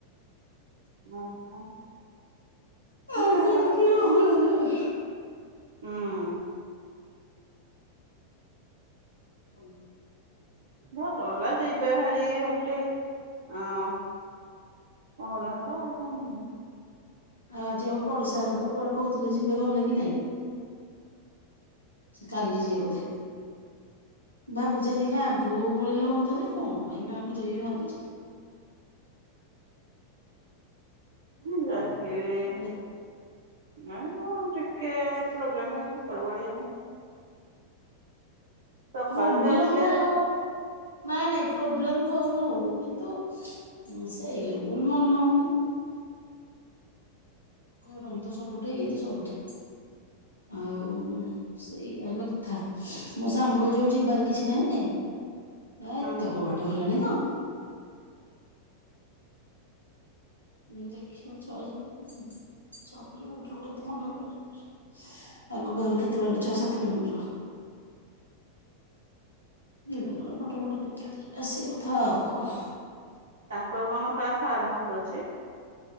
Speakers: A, on the right; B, on the left.
A: ଅ, ହଁ। ହଁ
B: ଏଇ
A: ଯାହା
B: ସେ <inaudible>
A: ହଉ
B: ହୁଏ ହୁଏ।
A: ହୁଁ
B: <unintelligible>
A: ଭଲ ଭଲରେ ଯିବେ ଭାରି ହେଟି ଅଁ, ବହୁତୁ ବାଟ ଆଉ କଣ ଯିମି।
B: ଆଜି ଆମ ପଡିଶା ଘର ତ କୁଆଡେ କହୁଥିଲେ ଯିବେ ଗଲେନି କାଇଁ। ସେ କାଲି ଯିିବ ବୋଧେ। ଭାବୁଛି ଆଜି ଗାଁକୁ ପଳେଇଲେ ହଅନ୍ତା ଯେ କଣ ପାଇଁ ଗାଁକୁ ଯିବି ଭାବୁଛି।
A: ମୁଁ ଯାଇଥିଲି
B: ଆଉ
A: ନା ଯେ ଟିକେ ପ୍ରୋବ୍ଲେମ୍ <unintelligible> ସକାଳୁ
B: ପ୍ରୋବ୍ଲେମ୍
A: ଯାଇଥିଲେ
B: ମେ
A: ଯେ
B: ହଉ ନାଇଁ, ନାଇଁ ପ୍ରୋବ୍ଲେମ୍ ହଉ ନ ହଉ କିନ୍ତୁ ଉଁ, ସେଇ ଲେବୁଲ୍ ମନ ହଉନି। ଗରମ ତ ସବୁଠେଇ ଇଏ ତ ସବୁଠେ ଆଉ ଉଁ, ସେଇ ହେଲା କଥା ମୋ ସାଙ୍ଗ ଯୋଉ ଯିବାର କିଛି ନାହିଁ ଯେ। ଏ
A: ହୁଁ
B: ଏତକ ବାଟ ହେଲାଣିି ତ। ମୁଁ ଦେଖେ ଲ ଛଅ ଜଣ <unintelligible> ଚକୋଲଟ ରକ ତ ଢାଳିଦେଲେ। ଆଗକୁ ଆହୁରି କେତେ ବାଟ ଛଅ ସାତ କିଲୋମିଟର। ଯିବ କଣ ଫଟୋ ଫଟୋ ଯେ ଉଠେଇ ଦେଇକି ଆସିବା କଥା ଆଉ କଣ।
A: ତାଙ୍କର କନ ପ୍ରାୟ ଫାର୍ମ ହାଉସ୍ ଅଛି?